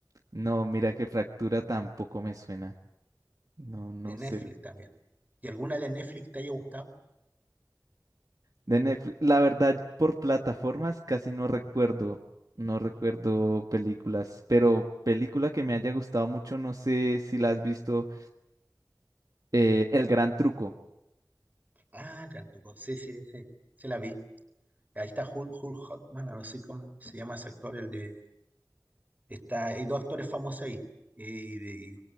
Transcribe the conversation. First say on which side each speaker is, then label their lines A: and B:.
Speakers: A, on the right; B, on the right.
A: No, mira que Fractura tampoco me suena. No, no
B: De Netflix
A: sé.
B: también. ¿Y alguna de Netflix te haya gustado?
A: De Netflix, la verdad, por plataformas casi no recuerdo. No recuerdo películas, pero película que me haya gustado mucho, no sé si la has visto, eh, El Gran Truco.
B: Ah, Rantuco, sí, sí, sí, se la vi. Ahí está Hugh, Hugh Jackman, no sé cómo se llama ese actor, el de... Está, hay dos actores famosos ahí. Y, y-